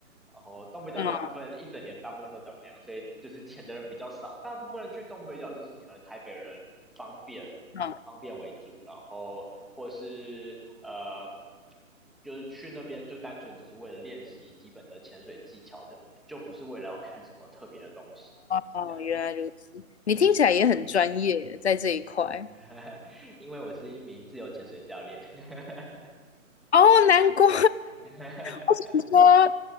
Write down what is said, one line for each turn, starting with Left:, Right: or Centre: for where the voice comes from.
Centre: 然后东北角大部分一整年大部分都长那样，
Left: 嗯
Centre: 所以就是钱的人比较少，大部分人去东北角都是可能台北人方便方便为主，
Left: 嗯。
Centre: 然后或是呃就是去那边就单纯只是为了练习基本的潜水技巧，就就不是为了要看什么特别的东西这样。
Left: 哦，原来如此，你听起来也很专业，在这一块。
Centre: <laughs> 因为我是一名自由潜水教练，<laughs>
Left: 哦，难怪，<laughs>
Centre: <laughs>
Left: 我想说